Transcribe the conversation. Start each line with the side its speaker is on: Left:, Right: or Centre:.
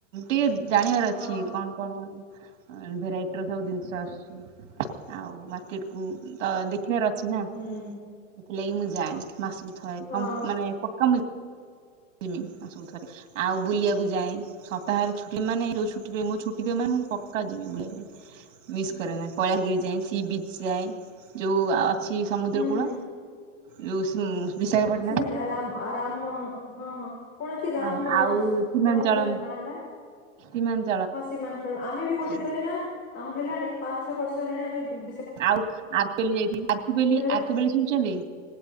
Right: ଟିକେ ଜାଣିବାର
Left: ହଁ।
Right: ଅଛି କଣ କଣ ଭେରାଇଟିର ସବୁ ଜିନିଷ ଆସୁଛି ଆଉ ମାର୍କେଟ କୁ ତ ଦେଖିବାର ଅଛି ନା
Left: ହୁଁ।
Right: ସେଥିଲାଗି ମୁଁ ଯାଏ ମାସକୁ ଥରେ
Left: ହଁ
Right: କମ୍ପ ମାନେ ପ <unintelligible> ଯିମି ମାସ କୁ ଥରେ ଆଉ ବୁଲିବାକୁ ଯାଏଁ। ସପ୍ତାହରେ ଛୁଟି ମାନେ ଯୋଉ ଛୁଟିରେ ମୁଁ ଛୁଟି ଥିବ ମାନେ ମୁଁ ପକା ଯିମି ବୁଲି। ମିସ୍ କରେ ନା କଳାଗିରି ଯାଏଁ ସି ବିଚ୍ ଯାଏଁ ଯୋଉ ଆ ଛି ସମୁଦ୍ରକୂଳ
Left: ହୁଁ ହୁଁ
Right: ଯୋଉ ବିଶାଖାପାଟଣାରେ
Left: ସେ <unintelligible> ହଁ ହଁ। କଣ କି ରାମ୍
Right: ହଁ
Left: କଣ
Right: ଆଉ ସୀମାଞ୍ଚଳମ୍
Left: କି ତାର ନାଁ ଟା?
Right: <unintelligible>
Left: ହଁ ସୀମାଞ୍ଚଳ ଆମେ ବି
Right: ଅଛି।
Left: ଗୋଟେ ଥରେ ନା ଆମ ହେଲାଣି ପାଞ୍ଚ ଛଅ ବର୍ଷ ହେଲାଣି ଆମେ ବି
Right: ଆଉ <unintelligible> ବେଲି ଯାଇଥିଲି ଆକୁ ବେଲି
Left: ସେଠାରେ
Right: ଆର୍କୁ ବେଲି ଶୁଣିଛନ୍ତି